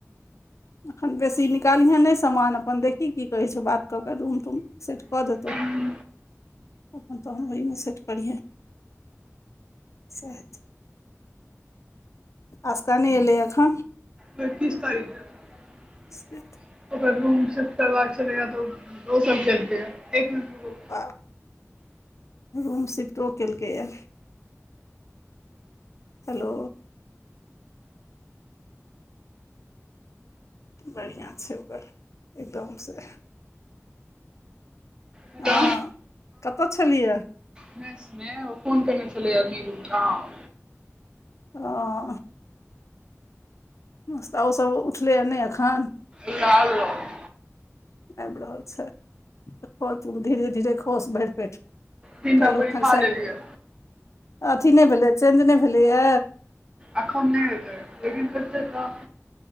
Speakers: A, on the left; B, on the right.
A: एखन बेसी निकालिहै नैय सामान अपन देखही की कहैय छौउ बात कऽ कऽ रूम सेट कऽ देतउ
B: हू
A: अपन तहन ओइमे सेट करिहै सैहेत। आसिका नै एलै अखन
B: नै तीस तारीकके आउत
A: सीटो
B: ओकर रूम छै केओ एल छलैया त ओ सब केलकयै एक मिनट रुकु
A: आ रूम शिफ्टो केलकैयै हेलो बड़ियाँ छै ओकर एकदमसै
B: हेलो
A: आ कतऽ छलिऐ
B: उनैस मे ओ फोन केने छलैये नीरू गांव
A: अ ह नस्ता ओ सब उठलैयै नैय ऐखन
B: इ आ <unintelligible>
A: आइब रहल छैत कर तु धीरे धीरे खोस भैर पेट
B: तीनटा
A: काइलो
B: पूरी
A: खनसै
B: खा लेलियै
A: अथी नैय भेलयै चेंज नैय भेलयै
B: एखन नैय हेतैय लेकिन पैसा तऽ